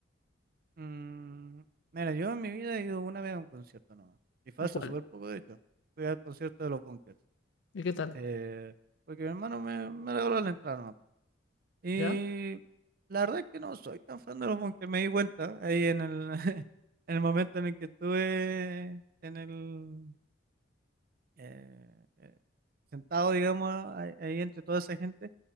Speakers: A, on the right; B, on the left.
A: Mm, mira, yo en mi vida he ido una vez a un concierto nomás. Y fue
B: ¿a
A: hace
B: cuál?
A: súper poco, de hecho. Fui al concierto de los Bunkers.
B: ¿Y qué tal?
A: eh, porque mi hermano me, me regaló la entrada nomás. Y
B: ¿Ya?
A: la verdad es que no soy tan fan de los Bunkers, me di cuenta ahí en el, <laughs> en el momento en el que estuve en el, eh, eh, sentado, digamos, ahí, ahí entre toda esa gente,